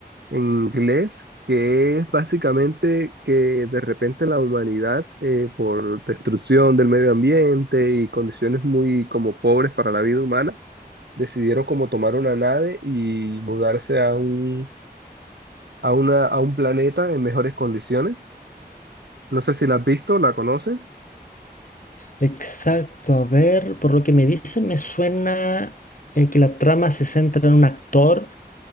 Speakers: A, on the right; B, on the left.
A: en inglés, que es básicamente que de repente la humanidad, eh, por destrucción del medio ambiente y condiciones muy como pobres para la vida humana, decidieron como tomar una nave y mudarse a un, a una, a un planeta en mejores condiciones. No sé si la has visto, ¿la conoces?
B: Exacto, a ver, por lo que me dicen me suena eh, que la trama se centra en un actor